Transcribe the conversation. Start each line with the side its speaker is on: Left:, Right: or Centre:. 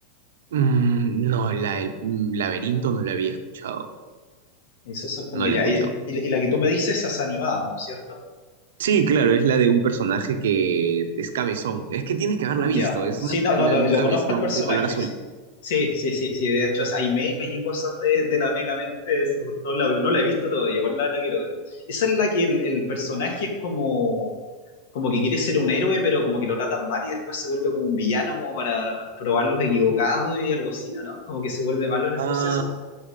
Right: Mm, no, la del mm, laberinto no la había escuchado.
Left: Es, eso es como
Right: No
Left: ya.
Right: la escuchó.
Left: Y, y la y la que tú me dices, esa es animada, ¿no es cierto?
Right: Sí, claro, es la de un personaje que es cabezón. Es que tienes que haberla
Left: Ya.
Right: visto, es
Left: Sí,
Right: una película
Left: no, no, lo,
Right: de un
Left: lo
Right: Sí, cabezón
Left: conozco el personaje,
Right: de color azul.
Left: sí. Sí, sí, sí, sí. De hecho, hay memes y cosas de, de la Mega Mente de eso por todos lados, pero no la he visto todavía, igual la, la quiero ver. Esa es la que el, el personaje es como, como que quiere ser un héroe, pero como que lo tratan mal y después se vuelve como un villano, como para probar los equivocados y algo así, ¿o no? Como que se vuelve malo en el
Right: Ah,
Left: proceso.